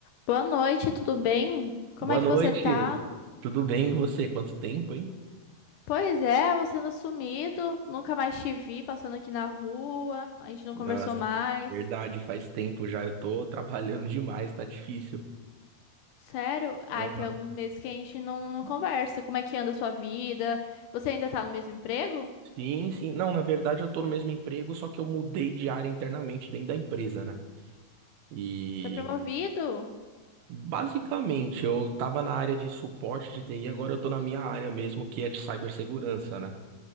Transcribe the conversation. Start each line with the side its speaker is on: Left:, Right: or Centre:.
Left: Boa noite, tudo bem? Como
Right: Boa
Left: é que
Right: noite.
Left: você tá?
Right: Tudo bem e você? Quanto tempo, hein?
Left: Pois é, você anda sumido, nunca mais te vi passando aqui na rua, a gente não
Right: Nossa,
Left: conversou mais.
Right: verdade, faz tempo já. Eu tô trabalhando <laughs> demais, tá difícil.
Left: Sério? Ai,
Right: Aham.
Left: tem alguns meses que a gente não, não conversa. Como é que anda a sua vida? Você ainda tá no mesmo emprego?
Right: Sim, sim. Não, na verdade eu tô no mesmo emprego, só que eu mudei de área internamente dentro da empresa, né? E
Left: Foi promovido?
Right: basicamente eu tava na área de suporte de TI, agora eu tô na minha área mesmo, que é de cibersegurança, né?